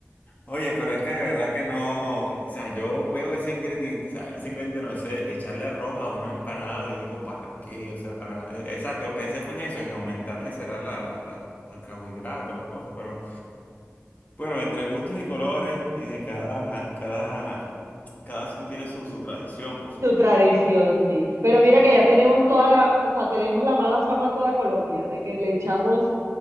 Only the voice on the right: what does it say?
Su tradición, sí. Pero mira
que ya tenemos toda la, o sea, tenemos la mala fama a toda Colombia, de que le echamos